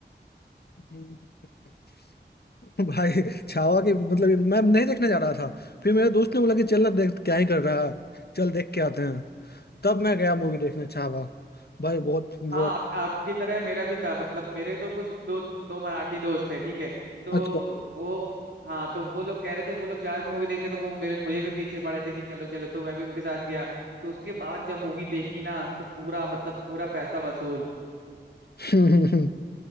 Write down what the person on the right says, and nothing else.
हाँ आप आपकी तरह मेरा भी था मतलब मेरे तो कुछ दो दो मराठी दोस्त थे ठीक है तो
वो हाँ तो वो लोग कह रहे थे वो लोग जा रहे थे मूवी देखने तो वो मेरे मुझे भी पीछे पड़े थे कि चलो चलो तो मैं भी उनके साथ गया तो उसके बाद जब मूवी देखी ना तो पूरा मतलब पूरा पैसा वसूल